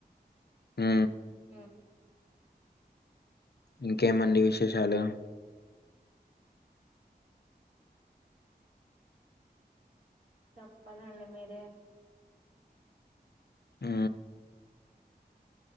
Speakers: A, on the left; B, on the right.
A: హ
B: ఆ
A: ఇంకేమండి విశేషాలు
B: చెప్పాలండి మీరే
A: ఆ